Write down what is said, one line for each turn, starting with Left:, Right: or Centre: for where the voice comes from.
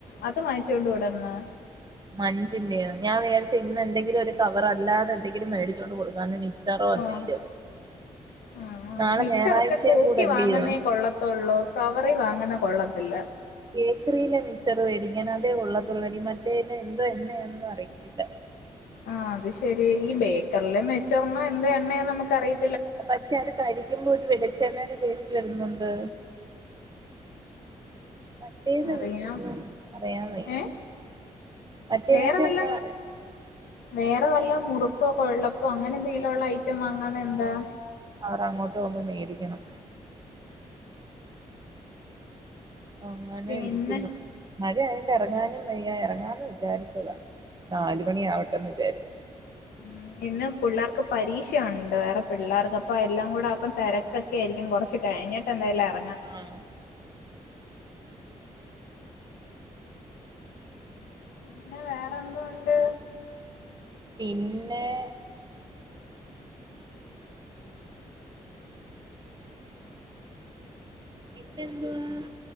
Left: അത് വാങ്ങിച്ചൊണ്ടോടെന്നോ
Right: മഞ്ചിന്റെയോ ഞാൻ വേരിച്ച് ഇന്ന് എന്തെങ്കിലും ഒരു കവറ് അല്ലാതെ എന്തെങ്കിലും മേടിച്ചോണ്ട് കൊടുക്കാന്ന് മിച്ചറോ എന്തെങ്കിലും
Left: ഓഹ് ആഹ് ആഹ്
Right: നാളെ
Left: മിച്ചറൊക്കെ
Right: ഞായറാഴ്ചയും
Left: തൂക്കി
Right: കൂടല്ലയോ
Left: വാങ്ങുന്നേ കൊള്ള തൊള്ളോ കവറി വാങ്ങുന്നെ കൊള്ളത്തില്ല
Right: ബേക്കറീലെ മിച്ചറ് വേടിക്കണം അതേ കൊള്ളത്തോള്ളൂ എടി മറ്റേത് എന്തുവാ എണ്ണെയൊന്നും അറിയത്തില്ല
Left: ആഹ് അത് ശരി ഈ ബേക്കറിലേം മെച്ചോന്ന് എന്തോ എണ്ണയാന്നു നമുക്ക്റിയ
Right: പക്ഷെ അത് കഴിക്കുമ്പോ ഒരു വെളിച്ചെണ്ണടെ ടെസ്റ്റ് വരുന്നുണ്ട് മറ്റേത്
Left: അറിയാം
Right: ഒന്നും അറിയാൻ വയ്യ
Left: ഏഹ്
Right: മറ്റേതിനകത്ത്
Left: വേറെ വല്ല
Right: <unintelligible>
Left: വേറെ വല്ലോം മുറുക്കോ കൊഴലപ്പോ അങ്ങനെ എന്തെങ്കിലും ഒള്ള ഐറ്റം വാങ്ങാന്നെ എന്താ
Right: അവർടെ അങ്ങോട്ട് പോകുമ്പോ വേടിക്കണം അങ്ങനെ
Left: പിന്നെ
Right: ഇരിക്കുന്നു മഴയായോണ്ട് എറങ്ങാനും വയ്യ ഇറങ്ങാന്ന് വിചാരിച്ചതാ നാല് മണിയാവട്ടെന്ന് വിചാരിച്ച
Left: ഉം ഇന്ന് പുള്ളേർക്ക് പരീക്ഷയൊണ്ട് വേറെ പിള്ളേർക്ക് അപ്പോ എല്ലാം കൂടെ ആവുമ്പോ തെരക്ക് - ക്കെ ആയിരിക്കും കൊറച്ച് കഴിഞ്ഞട്ട് എന്തായാലും എറങ്ങാം-
Right: ആഹ്
Left: പിന്നെ വേറെ എന്തൊണ്ട്
Right: പിന്നെ- പിന്നെന്തുവാ-